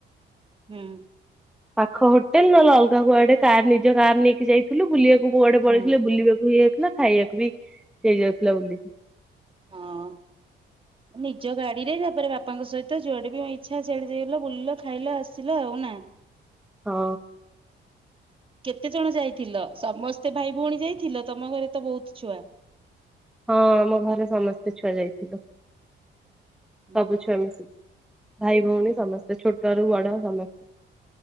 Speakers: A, on the right (about 25°); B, in the centre.
A: ହୁଁ।
B: ପାଖ ହୋଟେଲ୍ ନହଲେ ଅଲଗା କୁଆଡେ ନିଜ କାର୍ ନିଜ କାର୍ ନେଇକି ଯାଇ ଥିଲୁ, ବୁଲିବାକୁ କୁଆଡେ
A: ହଁ
B: ପଳେଇଥିଲେ ବୁଲିବାକୁ ହେଇଯାଇଥିଲା, ଖାଇବାକୁ ବି ହେଇଯାଉଥିଲା ବୁଲିକି। <inaudible>
A: ହଁ। ନିଜ ଗାଡି ରେ ତାପରେ ବାପାଙ୍କ ସହିତ ଯୁଆଡେ ବି ଇଚ୍ଛା ସିଆଡେ ଯାଇଲ, ବୁଲିଲ, ଖାଇଲ, ଆସିଲ ଆଉ ନା?
B: ହଁ।
A: କେତେ ଜଣ ଯାଇଥିଲ? ସମସ୍ତେ ଭାଇ ଭଉଣୀ ଯାଇଥିଲ, ତୋମ ଘରେ ତ ବହୁତ ଛୁଆ?
B: ହଁ ଆମ ଘରେ ସମସ୍ତେ ଛୁଆ ଯାଇଥିଲୁ।
A: ହୁଁ
B: ସବୁ ଛୁଆ ମିଶିକି। ଭାଇ ଭଉଣୀ ସମସ୍ତେ, ଛୋଟରୁ ବଡ ସମସ୍ତେ।